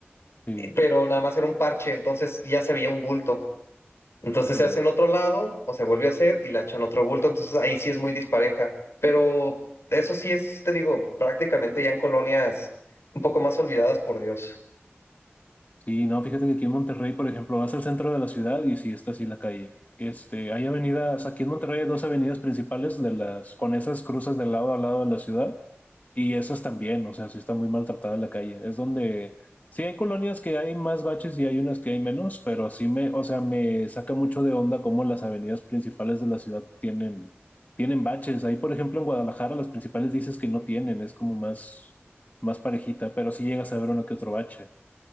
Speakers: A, on the left; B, on the left.
A: Sí,
B: eh, pero nada más era un parche, entonces ya se veía un bulto. Entonces
A: sí.
B: se hace en otro lado o se vuelve a hacer y la echa en otro bulto. Entonces ahí sí es muy dispareja. Pero eso sí es, te digo, prácticamente ya en colonias un poco más olvidadas por Dios.
A: Sí, no, fíjate que aquí en Monterrey, por ejemplo, vas al centro de la ciudad y sí está así la calle. Este, hay avenidas, aquí en Monterrey hay dos avenidas principales de las, con esas cruzas de lado a lado de la ciudad Y esas también, o sea, sí está muy maltratada la calle. Es donde sí hay colonias que hay más baches y hay unas que hay menos, pero sí me, o sea, me saca mucho de onda cómo las avenidas principales de la ciudad tienen, tienen baches. Ahí, por ejemplo, en Guadalajara, las principales dices que no tienen, es como más, más parejita, pero sí llegas a ver uno que otro bache.